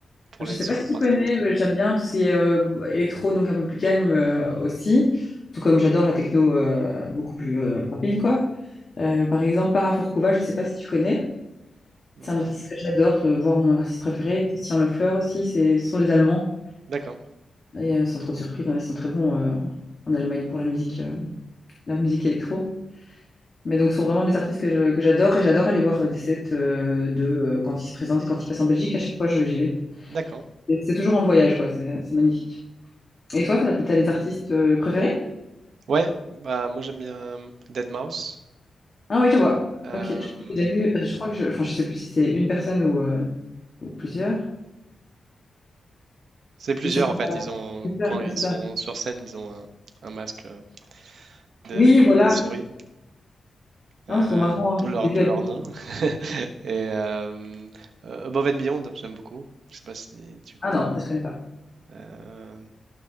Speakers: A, on the right; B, on the left.
A: pour
B: je
A: les
B: sais
A: sur
B: pas si
A: la
B: tu
A: partie
B: connais,
A: rap
B: mais j'aime bien tout ce qui est euh, électro, donc un peu plus calme euh, aussi. Tout comme j'adore la techno euh, beaucoup plus euh, rapide quoi. Euh, par exemple, Parafourcouva, je sais pas si tu connais. C'est un
A: Non.
B: artiste que j'adore, euh, voir mon artiste préféré, Christian Lefleur aussi, c'est, ce sont les Allemands.
A: D'accord.
B: Et euh, sans trop de surprise, hein, ils sont très bons euh, en Allemagne pour la musique, euh, la musique électro. Mais donc, ce sont vraiment des artistes que je- que j'adore et j'adore aller voir euh, des sets euh, de euh, quand ils se présentent et quand ils passent en Belgique. À chaque fois, je- j'y vais.
A: D'accord.
B: Et C'est toujours en voyage, quoi. C'est c'est magnifique. Et toi, t'as, t'as les artistes euh, préférés?
A: Ouais. Bah moi j'aime bien Deadmau5.
B: Ah oui, je vois.
A: Euh,
B: Ok. Je, j'ai déjà vu, je crois que je, enfin, je sais plus si c'est une personne ou, euh, ou plusieurs.
A: c'est plusieurs
B: Ils sont.
A: en fait. Ils ont
B: Super,
A: quand ils
B: ouais, c'est
A: sont
B: ça.
A: sur scène, ils ont un, un masque euh, de,
B: Oui,
A: de-
B: voilà.
A: de souris, euh,
B: Ah, trop marrant,
A: d'où
B: je
A: leur,
B: les ai
A: d'où
B: vus à
A: leur
B: d'autres.
A: nom. <laughs> Et euh, euh, Above and Beyond, j'aime beaucoup. Je sais pas si tu connais.
B: Ah non, ça je connais pas.
A: Euh,